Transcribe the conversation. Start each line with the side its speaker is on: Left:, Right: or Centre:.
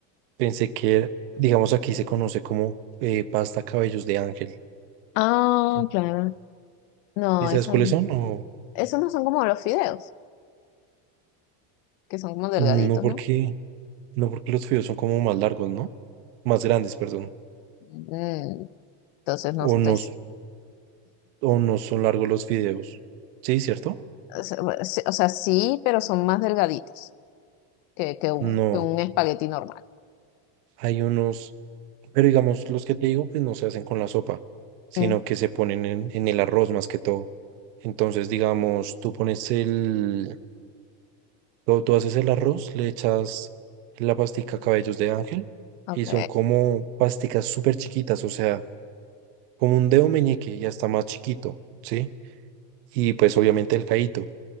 Right: Pensé que, digamos, aquí se conoce como eh, pasta cabellos de ángel.
Left: Ah,
Right: Eh,
Left: claro. No,
Right: ¿Y sabes
Left: eso
Right: cuáles
Left: no.
Right: son? No,
Left: Esos no son como los fideos, que son como delgaditos,
Right: no porque,
Left: ¿no?
Right: no porque los fideos son como más largos, ¿no? Más grandes, perdón.
Left: Mm, entonces no estoy.
Right: O no,
Left: s-
Right: s- o no son largos los fideos. ¿Sí, cierto?
Left: O sea, bueno, sí- o sea, sí, pero son más delgaditos que, que un,
Right: No,
Left: que un espagueti normal.
Right: hay unos, pero digamos, los que te digo, pues no se hacen con la sopa, sino
Left: Mm,
Right: que se ponen en, en el arroz más que todo. Entonces, digamos, tú pones el, Tú, tú haces el arroz, le echas la pastica cabellos de ángel
Left: ok.
Right: y son como pasticas súper chiquitas, o sea, como un dedo meñique y hasta más chiquito, ¿sí? Y pues obviamente el caíto.